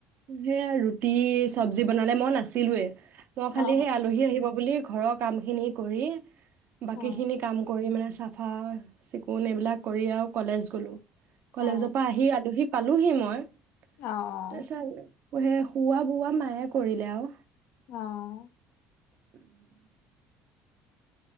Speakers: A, on the right (about 55°); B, on the left (about 60°).
A: সেয়া ৰুটি, চবজি বনালে মই নাছিলোৱে মই খালি
B: অ অ
A: সেই আলহী আহিব বুলি ঘৰৰ কাম খিনি কৰি বাকী
B: অ অ
A: খিনি কাম কৰি মানে চাফা- চিকুণ এইবিলাক কৰি আৰু কলেজ গলোঁ। কলেজৰ
B: অ
A: পৰা আহি আলহী পালোহি মই।
B: অ অ
A: <unintelligible> হেই-খোওৱা - বোওৱা মায়ে কৰিলে আৰু।
B: অও'
A: <unintelligible>